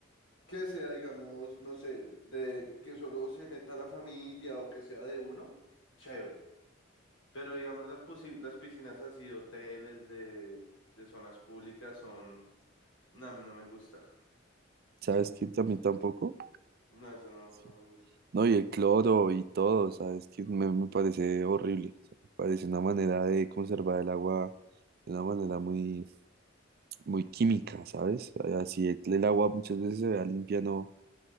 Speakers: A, on the left (about 80°); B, on the right (about 50°).
A: que sea, digamos, no sé, de que solo se meta la familia o que sea de uno, chévere. Pero digamos, las, posi- las piscinas así, de hoteles de, de zonas públicas son... No, a mí no me gusta.
B: ¿Sabes qué? A
A: Sí.
B: mí tampoco.
A: No, eso no,
B: Sí.
A: no me gusta.
B: No, y el cloro y todo, ¿sabes? Que me, me parece horrible. o sea, me parece una manera de conservar el agua de una manera muy, muy química, ¿sabes? Así el, el agua muchas veces se vea limpia, no,